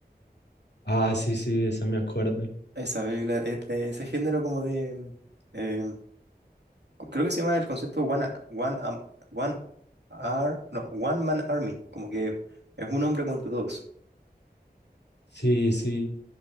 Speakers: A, on the left; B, on the right.
A: Ah, sí, sí, esa me acuerdo.
B: Esa película es de ese género como de... eh, creo que se llama el concepto One, Ar- One, Am- One, Ar- no, One Man Army. Como que es un hombre contra todos.
A: Sí, sí.